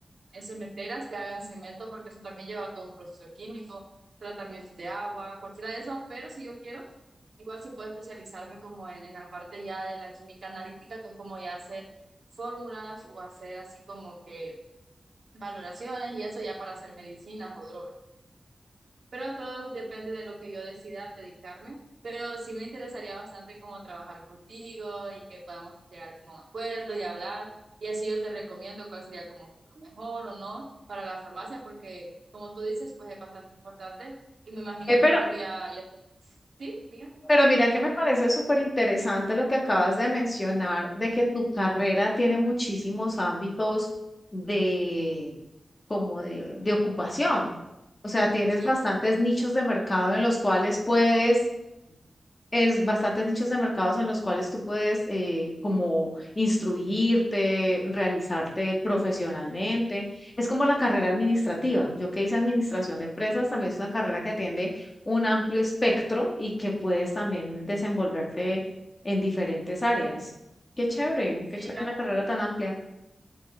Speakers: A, on the right; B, on the left.
A: en cementeras que hagan cemento, porque eso también lleva todo un proceso químico, tratamiento de agua, cualquiera de eso, pero si yo quiero, igual sí puedo especializarme como en, en la parte ya de la química analítica, que es como ya hacer fórmulas o hacer así como que valoraciones y eso ya para hacer medicinas o drogas. Pero todo depende de lo que yo decida dedicarme. Pero sí me interesaría bastante como trabajar contigo y que podamos llegar como a un acuerdo y hablar. Y así yo te recomiendo cuál sería como que lo mejor o no para la farmacia, porque como tú dices, pues es bastante importante. Y me imagino
B: Eh, pero,
A: que tú ya, ya te... Sí, diga.
B: pero mira que me parece súper interesante lo que acabas de mencionar, de que tu carrera tiene muchísimos ámbitos de, como de, de ocupación. O sea, tienes
A: Sí,
B: bastantes nichos de mercado en los cuales puedes es bastantes nichos de mercados en los cuales tú puedes eh, como instruirte, realizarte profesionalmente. Es como la carrera administrativa. Yo que hice administración de empresas, también es una carrera que atiende un amplio espectro y que puedes también desenvolverte en diferentes áreas. Qué chévere,
A: sí,
B: qué chévere
A: gracias.
B: una carrera tan amplia.